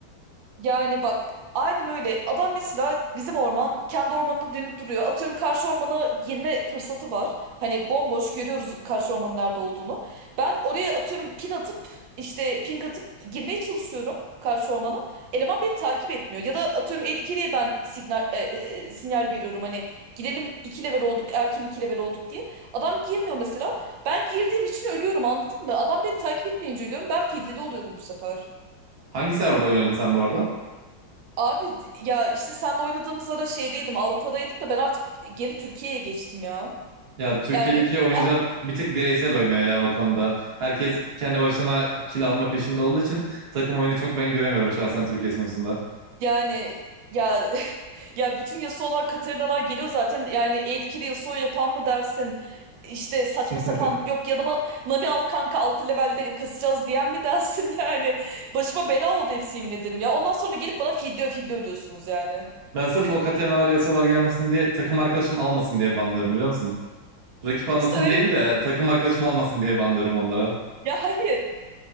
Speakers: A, on the right; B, on the right.
A: Yani bak aynen öyle. Adam mesela bizim orman kendi ormanına dönüp duruyor. Atıyorum karşı ormana girme fırsatı var. Hani bomboş görüyoruz karşı ormanın nerede olduğunu. Ben oraya atıyorum pin atıp işte ping atıp girmeye çalışıyorum karşı ormana. Eleman beni takip etmiyor. Ya da atıyorum etkiliye ben signal, e, e, e, sinyal veriyorum hani gidelim iki level olduk erken iki level olduk diye. Adam girmiyor mesela. Ben girdiğim için ölüyorum anladın mı? Adam beni takip etmeyince ölüyorum. Ben filtrede oluyorum bu sefer.
B: Hangi serverda oynuyordun sen bu arada?
A: Abi ya işte senle oynadığımız ara şeydeydim Avrupa'daydım da ben artık geri Türkiye'ye geçtim ya.
B: Ya Türkiye'deki
A: Yani
B: oyuncular
A: <laughs>
B: bir tık bireysel oynuyor ya o konuda. Herkes kendi başına kill alma peşinde olduğu için takım oyunu çok ben göremiyorum şahsen Türkiye sonucunda.
A: yani ya <laughs> ya bütün Yasuo'lar Katarina'lar geliyor zaten yani etkili Yasuo yapan mı dersin işte saçma
B: <laughs>
A: sapan yok yanıma Nami al kanka 6 levelde kasacağız diyen mi dersin <laughs> yani başıma bela oldu hepsi yemin ederim ya ondan sonra gelip bana fidye fidye ödüyorsunuz yani.
B: Ben sırf o Katerinalar yasalar gelmesin diye takım arkadaşım almasın diye banlıyorum biliyor musun? Rakip almasın
A: İşte öyle
B: değil de takım arkadaşım almasın diye banlıyorum onlara. <laughs>
A: <laughs> ya hayır